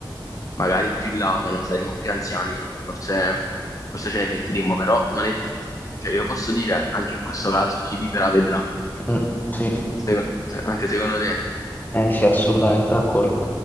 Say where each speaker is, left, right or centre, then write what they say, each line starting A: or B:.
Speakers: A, on the left; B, on the left.
A: magari più in là quando saremo più anziani, forse, forse ce ne pentiremo, però non è detto. Cioè io posso dire, anche in questo caso, chi vivrà vedrà,
B: Mm, sì,
A: Se- se- anche secondo te.
B: Eh, sì, assolutamente d'accordo.